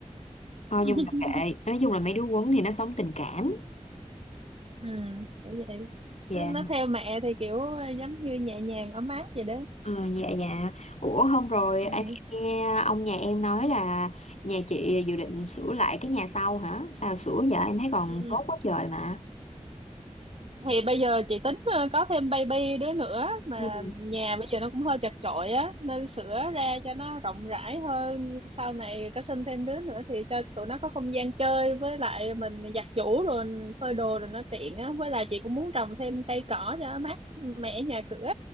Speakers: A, on the left (about 65°); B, on the right (about 55°).
A: thôi
B: <laughs>
A: nhưng mà kệ nói chung là mấy đứa quấn thì nó sống tình cảm
B: ừ phải vậy
A: Dạ
B: nó, nó theo mẹ thì kiểu ờ, giống như nhẹ nhàng ấm áp vậy đó
A: Ờ, dạ dạ ủa hôm rồi
B: ừ.
A: anh nghe ông nhà em nói là nhà chị dự định sửa lại cái nhà sau hả sao sửa giờ em thấy còn
B: Ừ.
A: tốt quá trời mà
B: thì bây giờ chị tính ờ, có thêm baby đứa nữa mà
A: Ừ.
B: nhà bây giờ nó cũng hơi chật chội á nên sửa ra cho nó rộng rãi hơn sau này có sinh thêm đứa nữa thì cho tụi nó có không gian chơi với lại mình giặt giũ rồi phơi đồ rồi nó tiện á với lại chị cũng muốn trồng thêm cây cỏ cho mát mẻ nhà cửa